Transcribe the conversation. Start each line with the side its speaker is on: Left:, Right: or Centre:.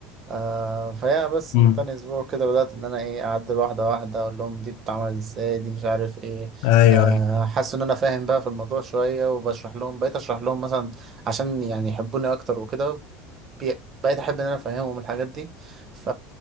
Right: آه فيا بس
Left: مم.
Right: من تاني اسبوع كده بدأت ان انا ايه اعدل واحدة واحدة اقول لهم دي بتتعمل ازاي دي مش عارف ايه
Left: ايوه
Right: آه
Left: أيوة.
Right: حاسس ان انا فاهم بقى في الموضوع شوية وبشرح لهم بقيت اشرح لهم مثلا عشان يعني يحبوني اكتر وكده بي- بقيت احب ان انا افهمهم الحاجات دي ف